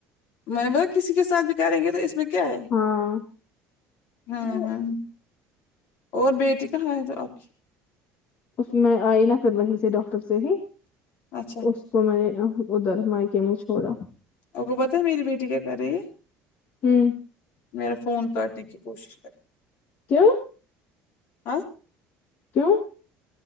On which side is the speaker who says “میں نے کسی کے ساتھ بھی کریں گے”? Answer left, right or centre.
Left